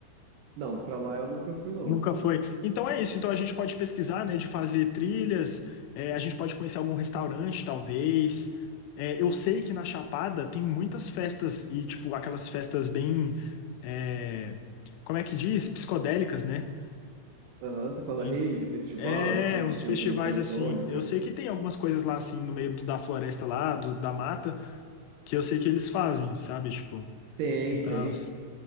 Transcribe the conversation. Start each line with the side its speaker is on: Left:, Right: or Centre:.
Right: Não, para lá eu nunca fui, não.
Left: Nunca foi. Então é isso. Então a gente pode pesquisar, né, de fazer trilhas, é, a gente pode conhecer algum restaurante, talvez. É, eu sei que na Chapada tem muitas festas e, tipo, aquelas festas bem, é, como é que diz? Psicodélicas, né?
Right: Aham, você fala
Left: Em-
Right: rave, festival,
Left: É,
Right: essas coisas
Left: uns
Right: assim,
Left: festivais
Right: de música eletrônica.
Left: assim. Eu sei que tem algumas coisas lá, assim, no meio do- da floresta lá, do- da mata, que eu sei que eles fazem, sabe? Tipo,
Right: Tem,
Left: e tal.
Right: tem.